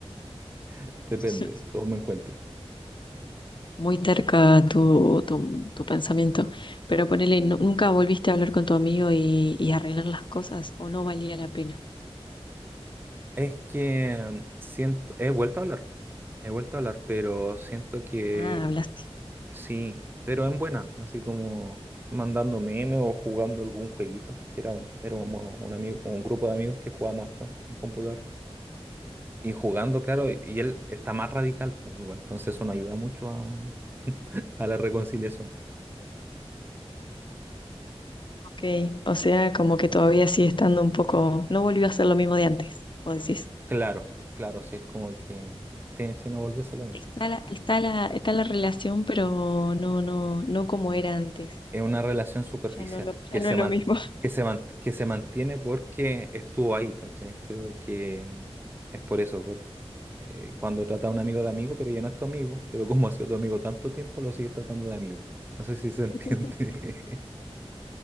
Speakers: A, on the right; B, on the left.
A: <laughs> Depende
B: <laughs>
A: cómo me encuentre.
B: Muy terca tu, tu, tu pensamiento. Pero ponele, nu- ¿nunca volviste a hablar con tu amigo y, y arreglar las cosas? ¿O no valía la pena?
A: Es que mm, siento, he vuelto a hablar, he vuelto a hablar, pero siento que
B: Ah, hablaste.
A: Sí, pero en buena, así como mandando memes o jugando algún jueguito, que era un, éramos un amigo, un grupo de amigos que jugábamos harto en computador. Y jugando, claro, y y él está más radical, pues, igual, entonces eso no ayuda mucho a, <laughs> a la reconciliación.
B: Ok, o sea, como
A: Mm.
B: que todavía sigue estando un poco, no volvió a ser lo mismo de antes, vos decís.
A: Claro, claro, sí, es como que, sí, sí, no volvés a lo mismo.
B: Está la, está la, está la relación, pero no, no, no como era antes.
A: es una relación superficial,
B: Ya no lo,
A: que
B: ya no
A: se
B: es
A: man-
B: lo mismo.
A: que se man- que se mantiene porque estuvo ahí, ¿cachai? Pero que es por eso, por, eh, cuando trata a un amigo de amigo, pero ya no es tu amigo, pero como ha sido tu amigo tanto tiempo, lo sigues tratando de amigo. No sé si se
B: <laughs>
A: entiende. <laughs>